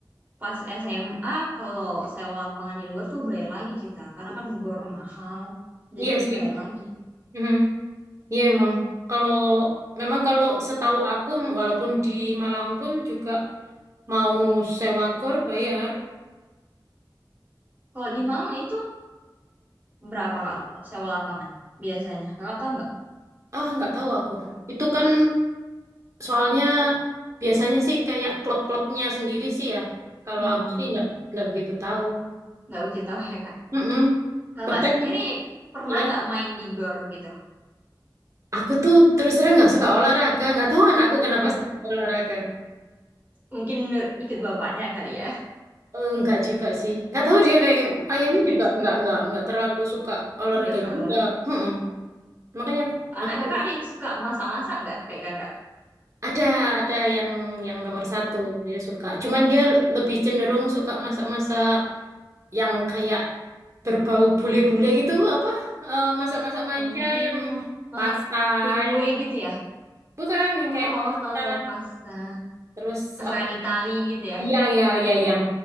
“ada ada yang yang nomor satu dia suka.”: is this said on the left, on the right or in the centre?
Right